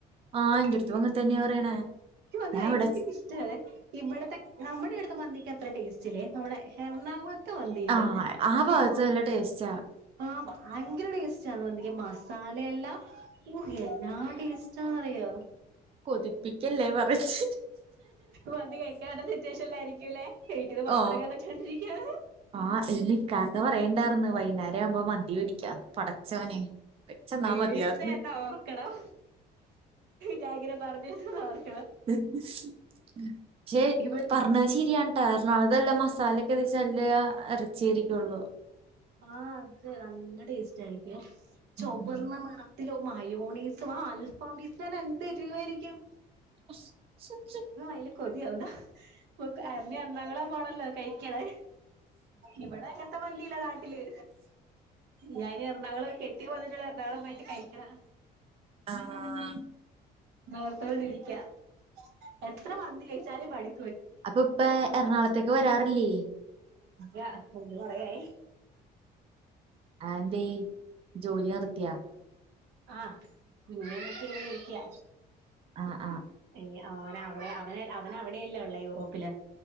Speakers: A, on the right; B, on the right.
A: ആഹ് എന്റടുത്തും അങ്ങനെ തന്നെയ പറയണേ
B: എനിക്ക് മന്തി
A: ഞാൻ
B: ഭയങ്കര
A: ഇവിടെ
B: ഇഷ്ട്ടയാണ് ഇവിടെത്തെ- നമ്മുടെവടേത്തെ മന്തിക്ക് അത്ര ടേസ്റ്റ്ല്ലേ നമ്മുടെ എറണാകുളത്തെ എറണാകുളത്തെ മന്തിയുണ്ട്
A: ആഹ് ആ ഭാഗത്ത് നല്ല ടേസ്റ്റാ
B: ആ ഭയങ്കര ടേസ്റ്റേയാണ് മന്തിക്ക്- ഈ മസാലയെല്ലാം ഓ എന്നാ ടേസ്റ്റെയ അറിയോ
A: കൊതിപ്പിക്കല്ലേ പറഞ്ഞിട്ട്
B: മന്തി കഴിക്കാൻ പറ്റാത്ത സിറ്റുവേഷനിലായിരിക്കൂല്ലേ വീട്ടീന്ന് പുറത്തിറങ്ങാൻ
A: ഓ
B: പറ്റാണ്ടിരിക്കാണ്
A: ആ ഇഛെ ഛേ പറയണ്ടായിരിന്നു വൈകുനേരം വൈകുന്നേരയാവുമ്പോ മന്തി വേടിക്കാം പടച്ചോനെ മേടിച്ചന്നാ
B: മേടിച്ച
A: മതിയാർന്ന്
B: എന്നെ ഓർക്കണം ഞാനിങ്ങനെ പറഞ്ഞിരുന്നു പറഞ്ഞി
A: പക്ഷെ
B: ഇവിടെ
A: പറഞ്ഞത് ശരിയാണ് എറണാംകുളത്തു നല്ല മസാലോക്കെ തേച്ച നല്ല ഇറച്ചിയായിരിക്കുള്ളൂ
B: ആഹ് അത്‌ നല്ല ടേസ്റ്റ് ആയിരിക്കും
A: ഉം.
B: ചൊവ്വന്ന നിറം അതിലെ മയോണീസും ആ അൽഫാപീസ് തന്നെ എന്ത് എരിവായിരിക്കും
A: <unintelligible>
B: വായിൽ കൊതിയാവുന്നു <unintelligible> എറണാകുളം പോണല്ലോ കഴിക്കണെ ഇവിടെ അങ്ങനത്തെ മനു യില്ലതാനും യില്ലേ ഞാനും ഈ ഇറ <unintelligible> ളോക്കെ ഇക്കാ വന്നിട്ട് വേണം എറണാകുളം പോയിട്ട് കഴിക്കണം
A: ആ ആ
B: ഓർത്തുക്കൊണ്ട് ഇരിക്കാം എത്ര മന്തി കഴിച്ചാലും മടി
A: അപ്പൊ ഇപ്പ എറണാകുളത്തേക്ക് വരാറില്ലേ
B: ഇല്ലാ വന്നിട്ട് കുറേയായി
A: അതെന്തേ ജോലി നിർത്തിയ
B: ആഹ് കുഞ്ഞിനേ നോക്കി ഇങ്ങനെ ഇരിക്കാ
A: ആ
B: ഇനി ആ നാ അടെ അവന് അവന് അവിടെയല്ലേ ഉള്ളെ യൂറോപ്പില്